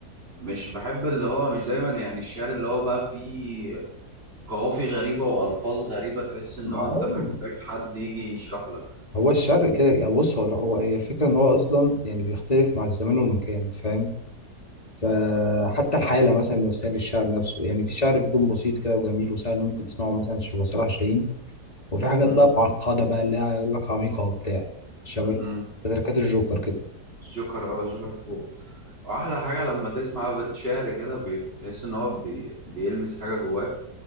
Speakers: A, on the right; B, on the left.
A: مش بحب اللي هو مش دايما يعني الشعر اللي هو بقى فيه قوافي غريبة وألفاظ غريبة تحس إن
B: معقول
A: هو أنت محتاج حد يجي يشرح لك
B: هو الشرق كده يعني بص هو هو- هي الفكرة ان هو اصلا يعني بيختلف مع الزمان والمكان فاهم فحتى الحالة مثلا النفسية للشعر نفسه يعني في شعر بيكون بسيط كده وجميل وسهل ممكن تسمعه مثلا شبه صلاح جاهين وفي حاجات
A: مم.
B: بقى معقدة بقى اللي هي يقول لك عميقة وبتاع شبه
A: مم.
B: تركات الجوكر كده
A: الجوكر اه الجوكر فوق وأحلى حاجة لما تسمع بيت شعر كده بي- بتحس إن هو بي... بيلمس حاجة جواك